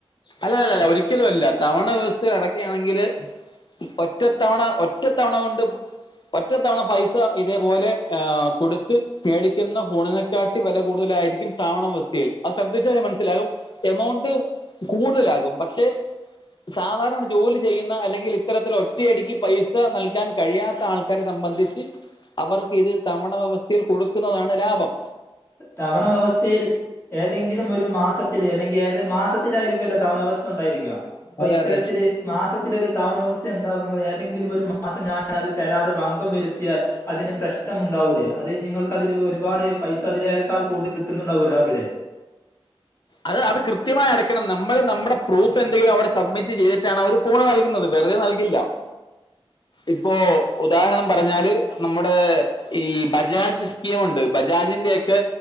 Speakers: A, on the left; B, on the left.
A: അല്ല അല്ലല്ല ഒരിക്കലും അല്ല തവണ വ്യവസ്ഥേൽ അടക്കുകയാണെങ്കില് ഒറ്റത്തവണ ഒറ്റത്തവണ കൊണ്ട് ഒറ്റത്തവണ പൈസ ഇതേപോലെ കൊടുത്ത് മേടിക്കുന്ന ഫോണിനെക്കാട്ടി വില കൂടുതലായിരിക്കും താവണ വെവസ്ഥയിൽ അത് ശ്രദ്ധിച്ചാൽ മനസ്സിലാകും എമൗണ്ട് കൂടുതലാകും പക്ഷെ സാധാരണ ജോലി ചെയ്യുന്ന അല്ലെങ്കിൽ ഇത്തരത്തിൽ ഒറ്റയടിക്ക് പൈസ നൽകാൻ കഴിയാത്ത ആൾക്കാരെ സംബന്ധിച്ച് അവർക്ക് ഇത് തവണ വ്യവസ്ഥയിൽ കൊടുക്കുന്നതാണ് ലാഭം
B: തവണ വ്യവസ്ഥയിൽ ഏതെങ്കിലും ഒരു മാസത്തില അല്ലെങ്കിൽ ഏത് മാസത്തിലായിരിക്കുവല്ലോ തവണവസ്ഥ ഉണ്ടായിരിക്കുക അപ്പൊ
A: അതെ
B: ഇത്തരത്തില്
A: അതെ
B: മാസത്തിലൊരു തവണ വവസ്ഥ ഉണ്ടാകുമ്പോൾ ഏതെങ്കിലും ഒരു മാസം ഞാൻ അത് തരാതെ ബ വരുത്തിയാൽ അതിന് പ്രശ്നം ഉണ്ടാവില്ലേ അത് നിങ്ങൾക്കതിൽ ഒരുപാട് പൈസ അതില ക്കാൾ കൂടി കിട്ടുന്നുണ്ടാവുമല്ലോ അവിടെ
A: അത് അത് കൃത്യമായി അടയ്ക്കണം നമ്മൾ നമ്മുടെ പ്രൂഫ് എന്തെങ്കിലും അവിടെ സബ്മിറ്റ് ചെയ്തിട്ടാണ് അവര് ഫോണ് നൽകുന്നത് വെറുതെ നൽകില്ല ഇപ്പോ ഉദാഹരണം പറഞ്ഞാല് നമ്മുടെ ഈ ബജാജ് യുണ്ട് ബജാജിന്റെ ഒക്കെ